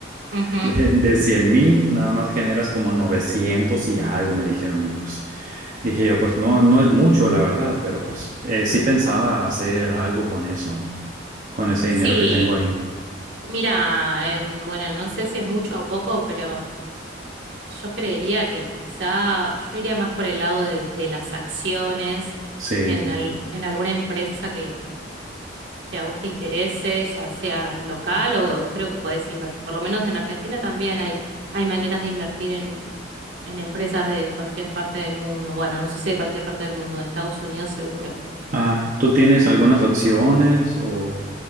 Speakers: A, on the right; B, on the right.
A: Ujú.
B: De, de 100 mil, nada más generas como 900 y algo, me dijeron. Y pues dije yo, pues no, no es mucho, la verdad, pero pues eh, sí pensaba hacer algo con eso, con ese
A: Sí,
B: dinero que tengo ahí.
A: mira, em, bueno, no sé si es mucho o poco, pero yo creería que quizá yo iría más por el lado de, de las acciones
B: Sí.
A: en, al- en alguna empresa que, que a vos te interese, ya sea local o creo que podés invertir. Por lo menos en Argentina también hay, hay maneras de invertir en, en empresas de cualquier parte del mundo. Bueno, no sé si de cualquier parte del mundo, de Estados Unidos seguro.
B: Ah, ¿tú tienes algunas acciones o